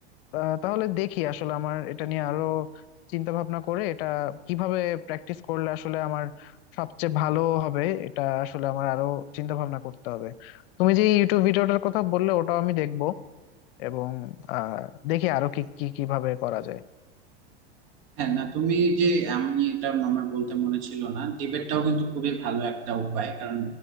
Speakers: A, on the left; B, on the right.
A: আহ, তাহলে দেখি আসলে আমার এটা নিয়ে আরো চিন্তা ভাবনা করে এটা কিভাবে প্র্যাকটিস করলে আসলে আমার সবচেয়ে ভালো হবে এটা আসলে আমার আরো চিন্তা ভাবনা করতে হবে তুমি যে ইউটিউব ভিডিওটার কথা বললে ওটাও আমি দেখবো এবং আহ দেখি আরো কি কি কিভাবে করা যায়
B: হ্যাঁ না তুমি যে আমি এটা আমার বলতে মনে ছিল না ডিবেটটাও কিন্তু খুবই ভালো একটা উপায় কারণ